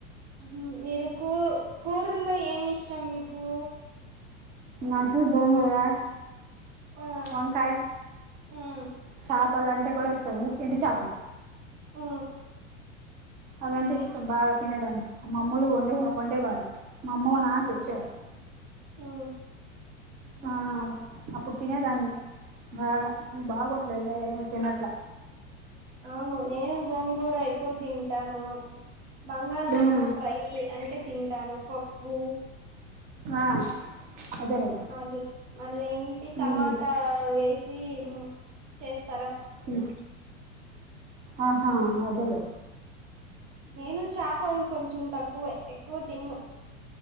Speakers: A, on the right (about 65°); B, on the right (about 20°).
A: మ్హూ మీరు కూ కూరల్లో ఏమి ఇష్ ఇష్ట మీకు
B: నాకు బొంగుగా
A: ఆ
B: వంకాయ
A: మ్మ్
B: చేపలు అంటే కూడా ఇష్టం ఎండు చేపలు
A: ఆ
B: అదంటే ఇష్టం బాగా తినేదాన్ని మామ్మమ్లుండ ఉండేవాడి మా అమ్మ నాన్న తెచ్చేవాాల
A: ఊ
B: ఆ అపుడు తీనే దాన్ని బాగా ఇవ బాగా వ లేదా ఏమి తినట్లా
A: అవును నేను గోంగూర ఎక్కువ తింటాను. బంగాళదుంప
B: మ్మ్
A: ఫ్రై అంటే తింటాను పప్పు
B: ఆ అదేనండి
A: మలి మళ్ళీ ఇంటి టమాటా
B: మ్మ్
A: వేసి <unintelligible> చేస్త
B: <unintelligible> ఆహా అదలే
A: నేను చేపల్ కొంచెం తగ్ ఎక్కువే ఎక్కువ తిన్